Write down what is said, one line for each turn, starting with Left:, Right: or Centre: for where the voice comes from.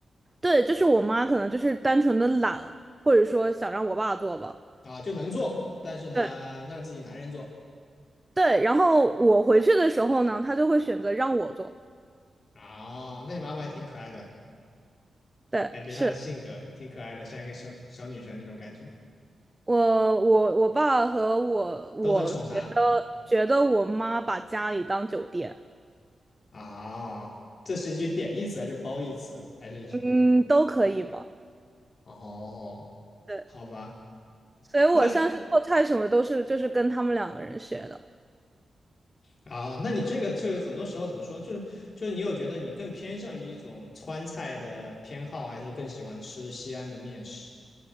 Right: 对，就是我妈可能就是单纯的懒，或者说想让我爸做吧。
Left: 啊，就能做，但是呢，
Right: 对。
Left: 让自己男人做。
Right: 对，然后我回去的时候呢，他就会选择让我做。
Left: 啊，那你妈妈也挺可爱的，
Right: 对，
Left: 感觉她的性格挺可爱的，
Right: 是
Left: 像一个小小女生那种感觉，
Right: 我我我爸和我，我觉得觉得我妈把家里当酒店，
Left: 都很宠她啊。这是一句贬义词还是褒义词还是什么？
Right: 嗯，都可以吧。
Left: 哦，
Right: 对，
Left: 好吧，
Right: 所以我像是做菜什么都是就是跟他们两个人学的，
Left: 那啊，那你这个就很多时候怎么说，就是就是你有觉得你更偏向于一种川菜的偏好，还是更喜欢吃西安的面食